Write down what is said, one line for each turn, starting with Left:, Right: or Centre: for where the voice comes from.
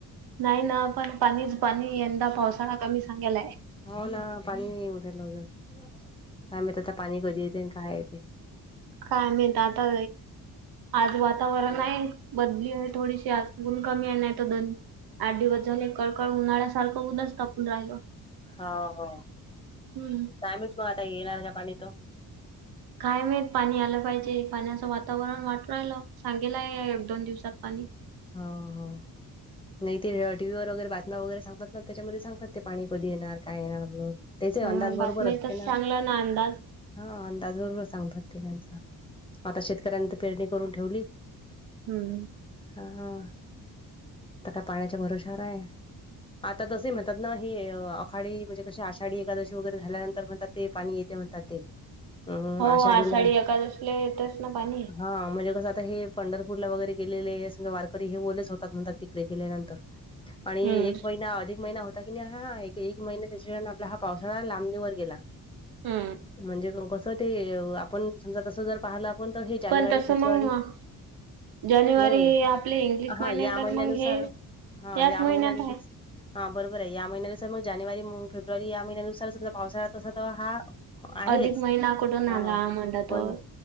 Right: नाही ना पण पाणीच पाणी यंदा पावसाळा कमी सांगायला आहे
Left: हो ना पाणी नाही उठायलाजं काय म्हत आता पाणी कधी येते आणि काय येते
Right: कायम आता आज वातावरण आहे बदली आहे थोडीशी आज गुून कमी आहे नाही त दन आठ दि वाज झाले कळकळ उन्हाळ्यासारखं उद्याच तापून राहिल
Left: हो हो
Right: हम्म.
Left: कामच मग आता येणार का पाणी त
Right: काय मेत पाणी आलं पाहिजे पाण्याचं वातावरण वाट राहिलं सांगेलं आहे एक दोन दिवसात पाणी
Left: हा हा नाही ते टीव्ही वगैरे बातम वगैरेांगत ना त्याच्यामध्ये सांगात ते पाणी कधी येणार काय येणार म्हणून त्याचे
Right: हा
Left: अंदाज
Right: बातम्या
Left: बरोबर असते
Right: तर
Left: ना
Right: चांगला अंदाज
Left: हा अंदाज बरोबर सांगतात ते त्यांचा आता शेतकऱ्यां तर पेरणी करून ठेवली
Right: हम्म
Left: हा हा आता काय पाण्याच्या भरशार आहे आता तसे म्हणतात ना हे आखाडी म्हणजे कशी आषाढी एकादशी वगैरे झाल्यानंतर म्हणतात ते पाणी येते म्हणतात ते अम
Right: हो
Left: आषाढीला
Right: आषाढी एकादशीला येतच ना पाणी.
Left: हा म्हणजे कसं आता हे पंढरपूरला वगैरे गेलेले समजा वारकरी हे बोललेच होतात म्हणतात तिकडे गेल्यानंतर आणि
Right: हम्म
Left: एक महिना अधिक महिना होता की नाही हा एक एक महिना त्याच्या वे आपला हा पावसाळा लांबणीवरर गेला
Right: हम्म
Left: म्हणजे कसं ते आपण समजा तस जर पाहिलं आपण तर हे जानेवारी
Right: पण तसं
Left: फेब्रुवारी
Right: मग जानेवारी
Left: नाही
Right: आपले इंग्लिश
Left: हा
Right: महिन्यात
Left: या
Right: तर
Left: महिन्यानुसार
Right: मग हे
Left: हा
Right: याच
Left: या
Right: महिन्यात
Left: महिन्यानु
Right: आहे.
Left: हा बरोबर आहे या महिन्यानुसार मग जानेवारी फेब्रुवारी या महिन्यानुसार पावसाळा्या तसा तर हा आहेच
Right: अधिक महिना कुठून
Left: हा
Right: आला म्हणला
Left: पण,
Right: तर